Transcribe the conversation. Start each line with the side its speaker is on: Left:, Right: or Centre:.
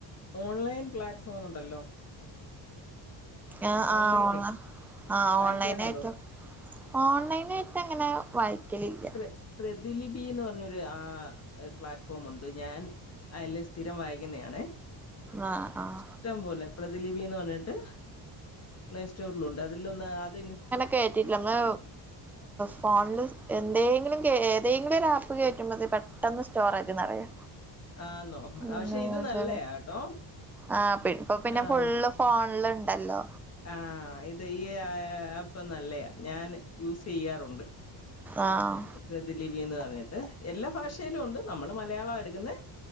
Left: ഓൺലൈൻ പ്ലാറ്റ്ഫോംണ്ടല്ലോ
Centre: ആഹ്
Left: ഓൺലൈനെ
Centre: ആഹ് ഓൺല ആ
Left: വായിക്കാറുണ്ടോ?
Centre: ഓൺലൈനാ യിട്ടോ ഓൺലൈനായിട്ട്ങ്ങനെ വായിക്കലില്ല
Left: പ്ര പ്രതിലിപിന്ന് പറഞ്ഞൊരു ആ പ്ലാറ്റ്ഫോമുണ്ട് ഞാൻ അയിൽ സ്ഥിരം വായിക്കുന്നതാണ്
Centre: ആഹ് ആഹ്
Left: ഇഷ്ടം പോലെ പ്രതിലിപിന്ന് പറഞ്ഞിട്ട് പ്ലേസ്റ്റോറിലുണ്ട് അതിലൊന്ന് അത്
Centre: കേറ്റിട്ട ങ്ങേ ഫോണിൽ എന്തെങ്കിലും ഏതെങ്കിലും ഒരു ആപ്പ് കേറ്റുമ്പോത് പെട്ടെന്ന് സ്റ്റോറജ്ന്ന്റിയോ
Left: ആന്നോ?
Centre: ന്താന്നു
Left: ആ, പക്ഷെ ഇത്
Centre: വെച്ചാൽ
Left: നല്ലയാ കേട്ടോ.
Centre: ആഹ് പ്പ പിന്നെ
Left: ആഹ്,
Centre: ഫുള്ളും ഫോണിൽണ്ടല്ലോ
Left: ആഹ് ഇത് ഈ ആപ്പ് നല്ലേ ഞാൻ യൂസ് ചെയ്യാറുണ്ട്
Centre: ആഹ്
Left: പ്രൃതിലിപിന്ന് പറഞ്ഞിട്ട് എല്ലാ ഭാഷയിലുണ്ട് നമ്മള് മലയാള ടുക്കുന്ന